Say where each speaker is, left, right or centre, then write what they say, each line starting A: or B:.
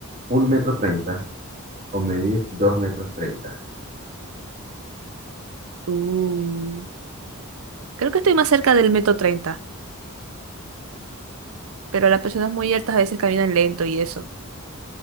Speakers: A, on the right (about 35°); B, on the right (about 70°).
A: un metro treinta o medir dos metros treinta.
B: Uh, creo que estoy más cerca del metro treinta pero las personas muy altas a veces caminan lento y eso.